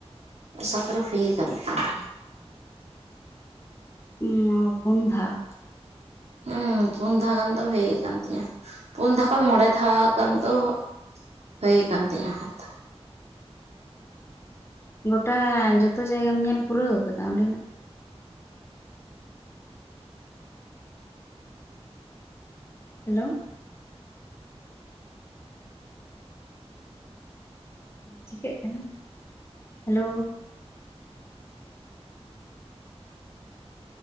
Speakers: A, on the right (about 75°); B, on the left (about 25°).
A: ᱟᱥᱟ ᱠᱚᱨᱮ ᱦᱩᱭ ᱠᱟᱱ ᱛᱤᱧᱟ᱾
B: ᱤᱧ ᱢᱟ ᱯᱩᱱ ᱫᱷᱟᱣ᱾
A: ᱦᱮᱸ ᱯᱩᱱ ᱫᱷᱟᱣ ᱜᱟᱱ ᱫᱚ ᱦᱩᱭ ᱠᱟᱱ ᱛᱤᱧᱟᱹ ᱯᱩᱱ ᱫᱷᱟᱣ ᱠᱷᱚᱱ ᱢᱚᱬᱮ ᱫᱷᱟᱣ ᱜᱟᱱ ᱫᱚ ᱦᱩᱭ ᱠᱟᱱ ᱛᱤᱧᱟᱹ ᱠᱷᱟᱡ ᱛᱚ᱾
B: ᱜᱚᱴᱟ ᱡᱚᱛᱚ ᱡᱟᱭᱜᱟᱢ ᱧᱮᱞ ᱯᱩᱨᱟᱹᱣ ᱟᱠᱟᱫᱟ ᱚᱸᱰᱮᱱᱟᱜ? ᱦᱮᱞᱳ ᱪᱤᱠᱟᱹᱜ ᱠᱟᱱᱟ ᱦᱮᱞᱳ᱾